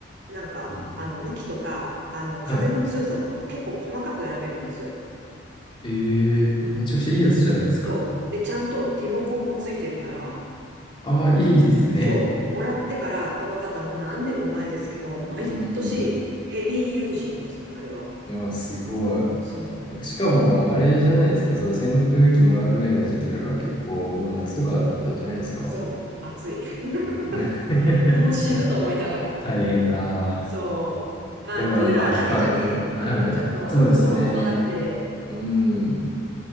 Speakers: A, on the right; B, on the left.
A: なんか、
B: うん。
A: あの、向きとか、あの、風の強さとかも結構細かく選べるんですよ。
B: はい。ええーめちゃくちゃいいやつじゃないですか。
A: そう。で、ちゃんとリモコンもついてるから、
B: ああ、いいですね。
A: そう、もらってから、この方もう何年も前ですけど、毎年ヘビーユージングですね、
B: うん。
A: あれは。
B: いやー、すごい。
A: そう、
B: なんか、しかも、あれじゃないですか。その扇風機もらうぐらいの時期だから、結構もう夏とかだったんじゃないですか。
A: そう、熱い。<laughs>
B: うん。<laughs>
A: もう死ぬと思いながら。
B: 大変だ。
A: そう。まあ、
B: でも、
A: クーラーだけじゃね、
B: あの、空き缶の、はい。
A: うんちょっと心もとなくて、
B: そうですね。うん。で